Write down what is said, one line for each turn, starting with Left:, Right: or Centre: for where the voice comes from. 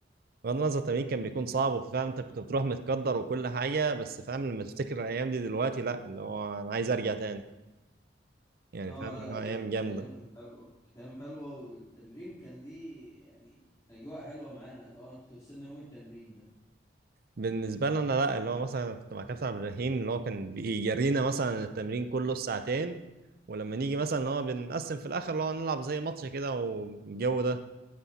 Right: بغض النظر التمرين كان بيكون صعب وفاهم انت كنت بتروح متقدر وكل حاجه بس فاهم لما تفتكر الايام دي دلوقتي لا اللي هو انا عايز ارجع تاني يعني
Left: اه
Right: فاهم
Left: لا
Right: اللي
Left: لا
Right: هو ايام
Left: أي-
Right: جامده
Left: الايام كانت حلوه كانت ايام حلوه والتمرين كان ليه يعني اجواء حلوه معانا لو انا كنت بستنى يوم التمرين ده
Right: بالنسبه لنا لا اللي هو مثلا كنت مع كابتن عبد الرحيم اللي هو كان بيجرينا مثلا التمرين كله الساعتين ولما نيجي مثلا اللي هو بنقسم في الاخر اللي هو نلعب زي ماتش كده والجو ده